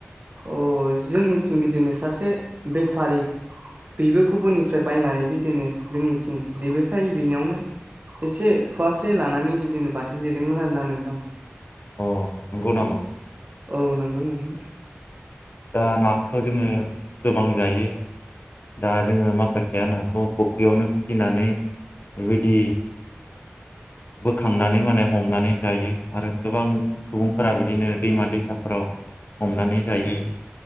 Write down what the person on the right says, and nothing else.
अ जोंनिथिं बिदिनो सासे बेफारि बेबो गुबुननिफ्राय बायनानै बिदिनो जोंनिथिं बेबो फाय बिनयावनो एसे फुवासे लानानै बिदिनो बाथोन देदोंमोन आरोना नोंथां
औ नंगौ नंगौ